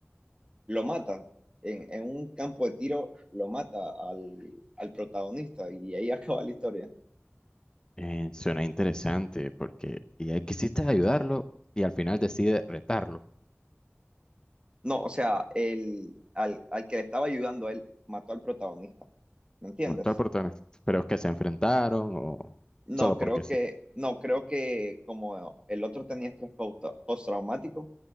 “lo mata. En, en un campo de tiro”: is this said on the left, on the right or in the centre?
Right